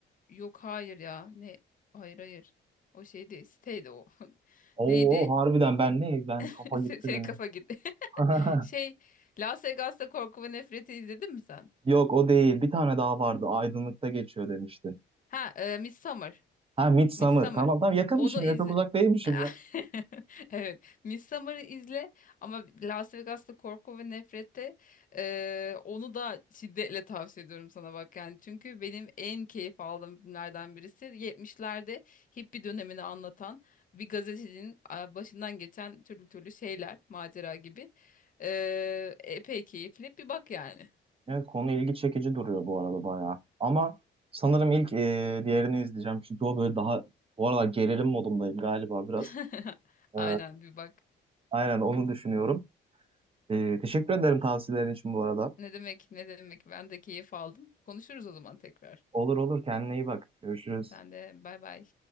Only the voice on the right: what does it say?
Oo
harbiden ben ne? Ben
kafa gitti
benim.
<laughs>
Yok o değil. Bir tane daha vardı. Aydınlıkta geçiyor demiştin.
Ha Midsummer.
Tamam tamam yakınmışım
ya. Çok uzak değilmişim
ya.
Evet konu ilgi çekici duruyor bu arada bayağı. Ama sanırım ilk e, diğerini izleyeceğim. Çünkü o böyle daha bu arada gerilim modundayım galiba biraz.
Ee,
aynen onu düşünüyorum. Ee, teşekkür ederim tavsiyelerin için bu arada.
Olur olur kendine iyi bak. Görüşürüz.